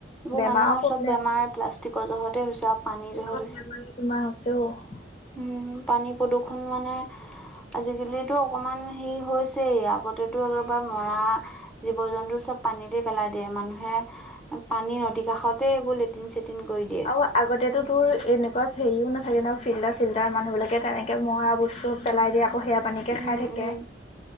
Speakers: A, in the centre; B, on the left (about 35°).
A: এইবোৰ
B: বেমাৰৰ
A: মানুহৰ
B: প্ৰব্লেম।
A: চব বেমাৰ প্লাষ্টিকৰ জহতে হৈছে। আৰু পানীৰ জহত
B: বেমাৰ
A: হৈছে
B: তমাৰ হৈছে অ'।
A: উম, পানী প্ৰদূষণ মানে আজিকালিতো অকমান হেৰি হৈছেই, আগতেতো একবাৰে মৰা জীৱ জন্তু চব পানীতে পেলাই দিয়ে। মানুহে পানী নদী কাষতে এইবোৰ লেটিন চেটিন কৰি দিয়ে।
B: ত' আগতেতো তোৰ এনেকুৱা হেৰিও নাথাকে ন, ফিল্টাৰ চিল্টাৰ। মানুহবলৈকে তেনকে মৰা বস্তু পেলাই দিয়ে আকৌ সেয়া পানীকে
A: উম
B: খাই থাকে।
A: উম।